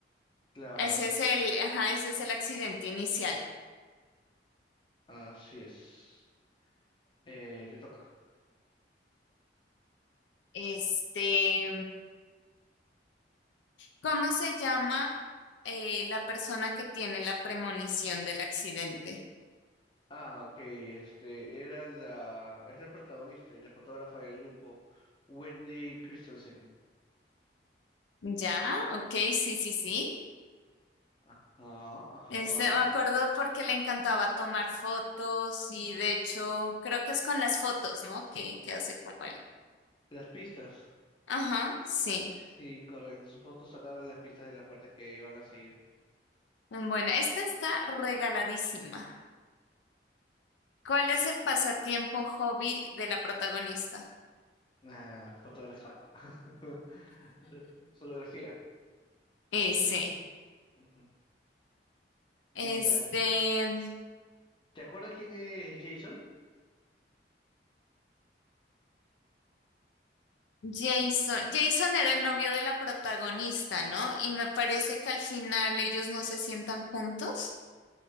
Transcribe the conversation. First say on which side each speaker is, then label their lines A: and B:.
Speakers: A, on the left (about 25°); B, on the left (about 85°).
A: Claro,
B: Ese es el, ajá, ese es el accidente inicial.
A: así es. Eh, te toca.
B: Este, ¿cómo se llama eh, la persona que tiene la premonición del accidente?
A: Ah, ok, este era la, es la protagonista y la fotógrafa del grupo, Wendy Christensen.
B: Ya, ok, sí, sí, sí.
A: Ajá, ajá.
B: Este, me acuerdo porque le encantaba tomar fotos y de hecho creo que es con las fotos, ¿no? Que, que hace como él.
A: Las pistas.
B: Ajá, sí.
A: Sí, correcto. Sus fotos sacaron las pistas de las muertes que iban a seguir.
B: Bueno, esta está regaladísima. ¿Cuál es el pasatiempo hobby de la protagonista?
A: Ah, ¿fotógrafa? <laughs> Fotografía.
B: Ese.
A: Ujú.
B: Este,
A: Mm, Dale. ¿Te acuerdas quién es Jason?
B: Jason. Jason era el novio de la protagonista, ¿no? Y me parece que al final ellos no se sientan juntos.